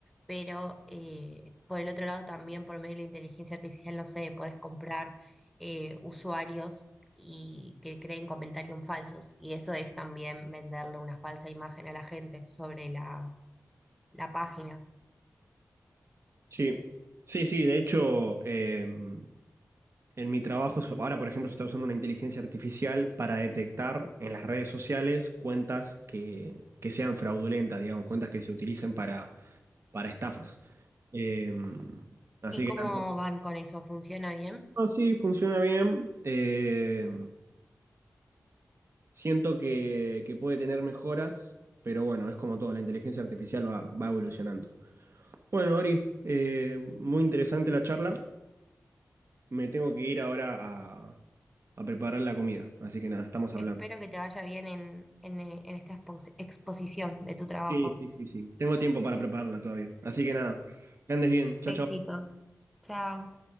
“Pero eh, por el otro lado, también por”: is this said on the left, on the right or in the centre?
Centre